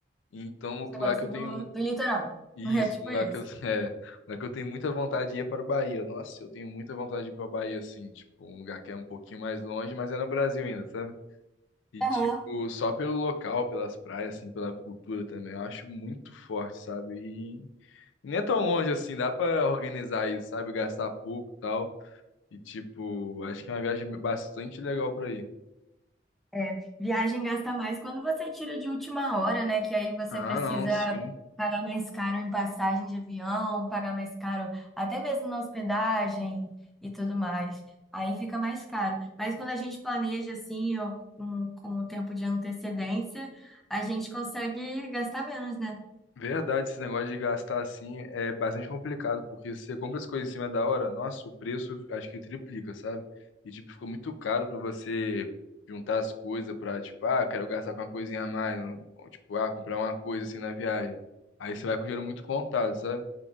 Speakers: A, on the left; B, in the centre.
A: Então, outro
B: Você gosta
A: lugar que eu
B: do,
A: tenho.
B: do litoral.
A: Isso,
B: <laughs> É tipo
A: um lugar
B: isso.
A: que eu, <laughs> é, um lugar que eu tenho muita vontade de ir é para Bahia. Nossa, eu tenho muita vontade de ir para Bahia, assim, tipo, um lugar que é um pouquinho mais longe, mas é no Brasil ainda, sabe? E,
B: Aham.
A: tipo, só pelo local, pelas praias, assim, pela cultura também, eu acho muito forte, sabe? Nem é tão longe assim, dá pra organizar isso, sabe? Gastar pouco e tal. E, tipo, acho que é uma viagem bastante legal pra ir.
B: É, viagem gasta mais quando você tira de última hora, né? Que aí você
A: Ah,
B: precisa
A: não, sim.
B: pagar mais caro em passagem de avião, pagar mais caro até mesmo na hospedagem e tudo mais. Aí fica mais caro. Mas quando a gente planeja assim, ou com, com um tempo de antecedência, a gente consegue gastar menos, né?
A: Verdade, esse negócio de gastar assim é bastante complicado, porque se você compra as coisas em cima da hora, nossa, o preço acho que triplica, sabe? E, tipo, ficou muito caro pra você juntar as coisas pra, tipo, ah, quero gastar com uma coisinha a mais, ou, tipo, ah, comprar uma coisa assim na viagem. Aí você vai com o dinheiro muito contado, sabe?